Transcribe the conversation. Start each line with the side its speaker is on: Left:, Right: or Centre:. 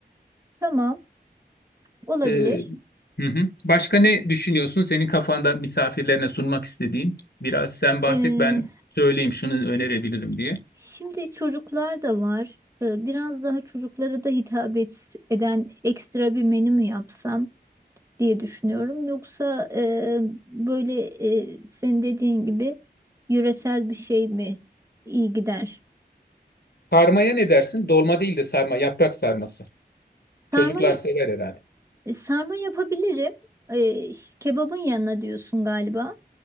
Right: Tamam. Olabilir.
Left: Ee, hı hı. Başka ne düşünüyorsun? Senin kafanda misafirlerine sunmak istediğin. Biraz sen bahset,
Right: Ee,
Left: ben söyleyeyim şunu önerebilirim diye.
Right: Şimdi çocuklar da var. Ee, Biraz daha çocuklara da hitap et- eden ekstra bir menü mü yapsam diye düşünüyorum. Yoksa e, böyle e, senin dediğin gibi yöresel bir şey mi iyi gider?
Left: Sarmaya ne dersin? Dolma değil de sarma, yaprak sarması.
Right: Sarma
Left: Çocuklar sever herhalde.
Right: sarma yapabilirim. Ee, ş- kebabın yanına diyorsun galiba.